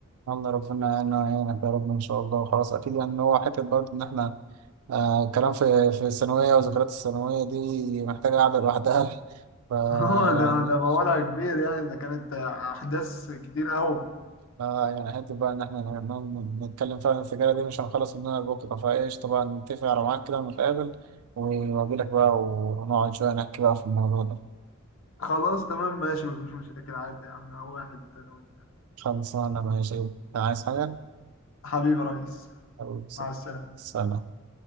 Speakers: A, on the right; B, on the left.
A: الله ربنا أنا يعينك يا رب إن شاء الله خلاص أكيد يعني إن هو حتة برضه إن إحنا آه كلام في في الثانوية وذكريات الثانوية دي محتاجة قعدة لوحدها <laughs> ف يعني
B: <laughs> اه ده ده موالها كبير يعني ده كانت أحداث كتير أوي
A: آه يعني حتى بقى إن إحنا ن- ن- نتكلم فعلا السجارة دي مش هنخلص منها بكرة فإيش طبعا نتفق على ميعاد كده ونتقابل وأجيلك بقى ونقعد شوية نحكي بقى في الموضوع ده
B: خلاص تمام ماشي مفيش مشاكل عادي يا عم واحد انا وانت
A: خلصانة ماشي عايز حاجة؟
B: حبيبي يا ريس
A: حبيبي، سلام
B: مع السلامة
A: سلام.